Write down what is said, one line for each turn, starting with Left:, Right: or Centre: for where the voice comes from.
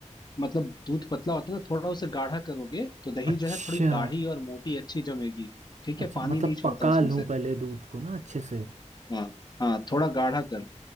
Left: मतलब दूध पतला होता है ना थोड़ा उसे गाढ़ा करोगे तो दही
Right: अच्छा
Left: जो है थोड़ी गाढ़ी और मोटी अच्छी जमेगी ठीक
Right: अच्छा
Left: है पानी
Right: मतलब
Left: नहीं छोड़ता
Right: पका
Left: उसमें
Right: लूं
Left: से
Right: पहले दूध को ना अच्छे से
Left: हाँ हाँ थोड़ा गाढ़ा कर लो